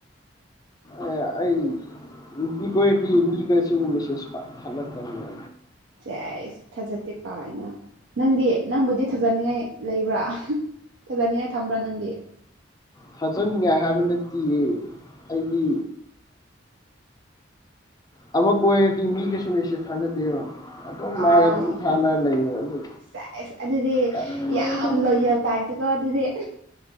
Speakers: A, on the left; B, on the right.
A: ꯑꯦ ꯑꯩ ꯅꯨꯄꯤ ꯀꯣꯢꯔꯗꯤ ꯃꯤꯒꯁꯨ ꯃꯦꯁꯦꯖ ꯄꯥꯛ ꯊꯥꯅꯗꯕꯅꯦ
B: ꯆ꯭ꯑꯩꯁ ꯊꯥꯖꯗꯦ ꯀꯥꯏꯅ ꯅꯪꯗꯤ ꯅꯪꯕꯨꯗꯤ ꯊꯥꯖꯅꯤꯡꯉꯥꯏ ꯂꯩꯕ꯭ꯔꯥ ꯐꯖꯅꯤꯡꯉꯥꯏ ꯊꯝꯕ꯭ꯔꯥ ꯅꯪꯗꯤ
A: ꯊꯥꯖꯟꯅꯤꯡꯉꯥꯏ ꯍꯥꯏꯕ ꯅꯠꯇꯦꯌꯦ ꯑꯩꯒꯤ ꯑꯃ ꯀꯣꯏꯔꯗꯤ ꯃꯤꯒꯁꯨ ꯃꯦꯁꯦꯁ ꯊꯥꯅꯗꯦꯕ ꯑꯗꯨꯝ
B: ꯑꯥꯎ
A: ꯃꯥꯒ ꯑꯗꯨꯝ ꯊꯥꯅ ꯂꯩꯌꯦꯕ ꯑꯗꯨ
B: ꯁꯥꯏꯁ ꯑꯗꯨꯗꯤ
A: ꯀꯔꯤꯒꯤꯅꯣ
B: ꯌꯥꯝ
A: ꯈꯪꯗꯦ
B: ꯂꯣꯌꯦꯜ ꯇꯥꯏꯞꯇꯀ ꯑꯗꯨꯗꯤ